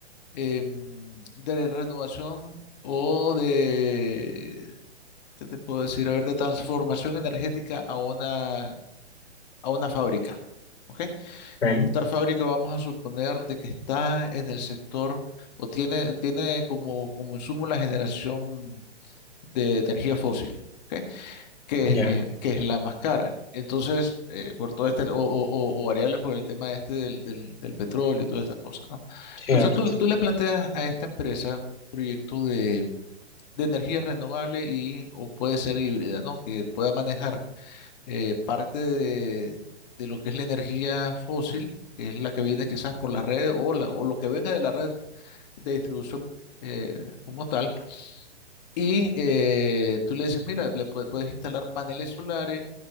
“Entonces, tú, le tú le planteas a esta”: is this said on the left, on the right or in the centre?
Left